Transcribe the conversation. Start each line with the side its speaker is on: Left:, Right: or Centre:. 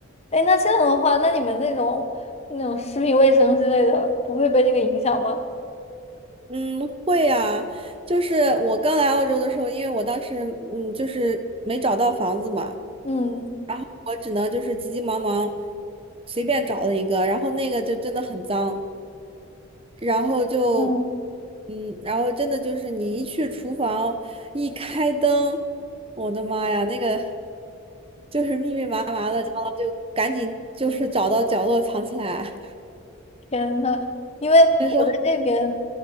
Left: 哎，那这样的话，那你们那种那种食品卫生之类的，不会被这个影响吗？
Right: 嗯，会啊，就是我刚来澳洲的时候，因为我当时嗯就是没找到房子嘛，
Left: 嗯
Right: 然后我只能就是急急忙忙随便找了一个，然后那个就真的很脏，然后就，
Left: 嗯。
Right: 嗯，然后真的就是你一去厨房，一开灯，我的妈呀，那个就是密密麻麻的，然后就赶紧就是找到角落藏起来。
Left: 天呐，因为我在这边，
Right: 那时候，